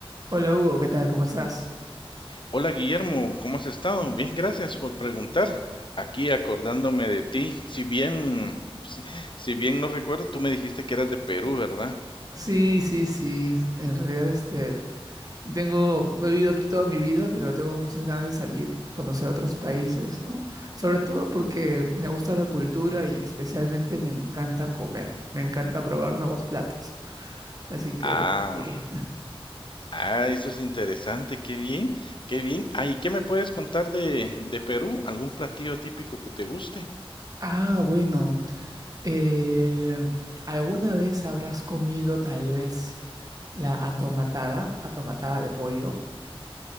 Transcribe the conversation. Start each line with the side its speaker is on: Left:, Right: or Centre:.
Right: Hola Hugo, ¿qué tal? ¿Cómo estás?
Left: Hola Guillermo, ¿cómo has estado? Bien, gracias por preguntar. Aquí acordándome de ti. Si bien, si bien no recuerdo, tú me dijiste que eras de Perú, ¿verdad?
Right: Sí, sí, sí. En realidad, este, tengo, he vivido aquí toda mi vida, pero tengo muchas ganas de salir, conocer otros países, ¿no? Sobre todo porque me gusta la cultura y especialmente me encanta comer, me encanta probar nuevos platos. Así que,
Left: Ah,
Right: sí.
Left: ah, eso es interesante. Qué bien, qué bien. Ah, ¿y qué me puedes contar de, de Perú? ¿Algún platillo típico que te guste?
Right: Ah, bueno. eh, ¿alguna vez habrás comido tal vez la atomatada, atomatada de pollo?